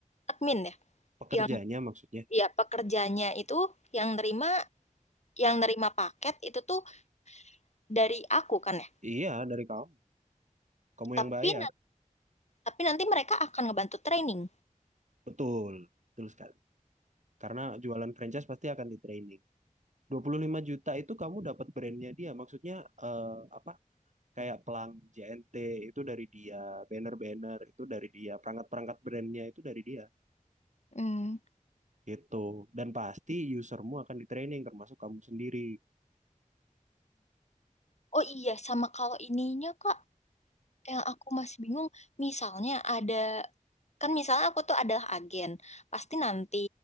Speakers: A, on the left (about 55°); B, on the right (about 60°).
A: Admin ya?
B: Pekerjanya
A: Yang,
B: maksudnya.
A: ya pekerjanya itu yang nerima yang nerima paket itu tuh dari aku kan ya.
B: Iya, dari kamu. Kamu
A: Tapi
B: yang bayar.
A: tapi nanti mereka akan ngebantu training.
B: Betul, betul sekali. Karena jualan franchise pasti akan di training. dua puluh lima juta itu kamu dapat brandnya dia. Maksudnya eh, apa? Kayak pelang JNT itu dari dia, banner-banner itu dari dia, perangkat-perangkat brandnya itu dari dia.
A: Hmm.
B: Gitu. Dan pasti usermu akan di training termasuk kamu sendiri.
A: Oh iya, sama kalau ininya Kak, yang aku masih bingung, misalnya ada kan misalnya aku tuh adalah agen, pasti nanti